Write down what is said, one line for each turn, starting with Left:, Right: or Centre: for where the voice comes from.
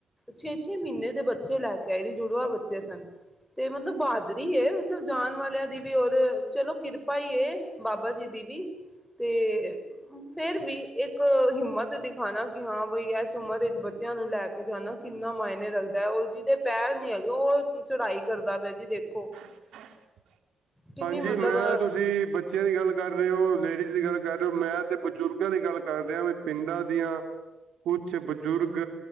Centre: ਛੇ- ਛੇ ਮਹੀਨੇ ਦੇ ਬੱਚੇ ਲੈ ਕੇ ਆਏ ਸੀ। ਜੁੜਵਾ ਬੱਚੇ ਸਨ। ਤੇ ਮਤਲਬ, ਬਾਦਰੀ ਏ, ਮਤਲਬ ਜਾਨ ਵਾਲਿਆਂ ਦੀ ਵੀ, ਔਰ ਚਲੋ ਕਿਰਪਾ ਈ ਏ। ਬਾਬਾ ਜੀ ਦੀ ਵੀ ਤੇ ਫੇਰ ਵੀ ਇੱਕ ਹਿੰਮਤ ਦਿਖਾਣਾ ਕਿ ਹਾਂ ਬਈ, ਇਸ ਉਮਰ ਵਿੱਚ ਬੱਚਿਆਂ ਨੂੰ ਲੈ ਕੇ ਜਾਨਾ ਕਿੰਨਾ ਮਾਏਨੇ ਰੱਖਦੈ, ਔਰ ਜਿਦੇ ਪੈਰ ਨੀ ਹੈਗੇ, ਓ ਚੜਾਈ ਕਰਦਾ ਪਿਆ ਜੀ ਦੇਖੋ।
Right: <inaudible>
Centre: ਕਿੰਨੀ
Right: ਹਾਂਜੀ
Centre: ਮਤਲਬ
Right: ਮੈਂ ਤੁਸੀਂ ਬਚ ਬੱਚਿਆਂ ਦੀ ਗੱਲ ਕਰ ਰਹੇ ਹੋ, ਲੇਡੀਜ਼ ਦੀ ਗੱਲ ਕਰ ਰਹੇ ਹੋ, ਮੈਂ ਤੇ ਬਜ਼ੁਰਗਾਂ ਦੀ ਗੱਲ ਕਰ ਰਿਹਾ। ਵੀ ਪਿੰਡਾਂ ਦੀਆਂ ਕੁਛ ਬਜ਼ੁਰਗ